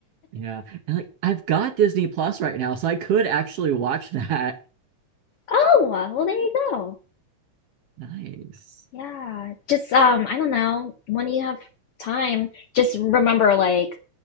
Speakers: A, on the right (about 60°); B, on the left (about 70°).
A: Yeah, and like I've got Disney Plus right now, so I could actually watch that. <laughs>
B: Oh, well there you go.
A: Nice.
B: Yeah. Just um, I don't know. When you have time, just remember like